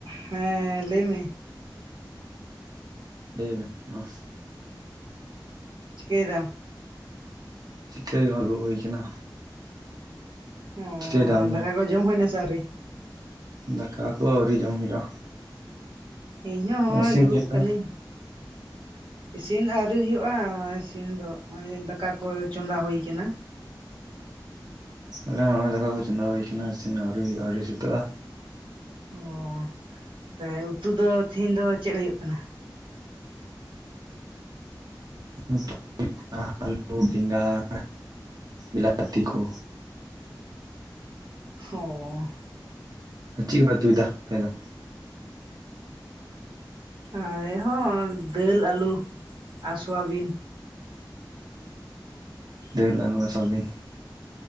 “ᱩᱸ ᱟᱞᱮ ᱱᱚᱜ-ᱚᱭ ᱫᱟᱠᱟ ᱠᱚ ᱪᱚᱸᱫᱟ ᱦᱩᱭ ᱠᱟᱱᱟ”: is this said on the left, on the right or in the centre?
Right